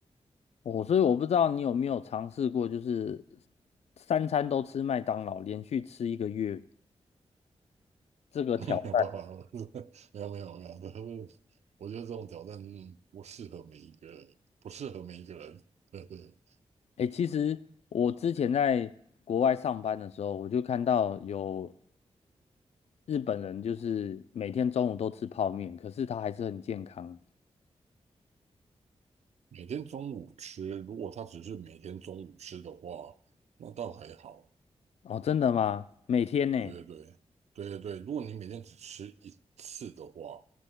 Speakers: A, on the left (about 65°); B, on the right (about 70°).
A: 哦，所以我不知道你有没有尝试过，就是三餐都吃麦当劳，连续吃一个月这个挑战。
B: <laughs> 没有办法，<laughs> 没有没有没有，<laughs> 我觉得这种挑战不适合每一个，不适合每一个人。<laughs> 对对。
A: 诶，其实我之前在国外上班的时候，我就看到有日本人就是每天中午都吃泡面，可是他还是很健康。
B: 每天中午吃，如果他只是每天中午吃的话，那倒还好。
A: 哦，真的吗？每天呢？
B: 对对对，对对对，如果你每天只吃一次的话，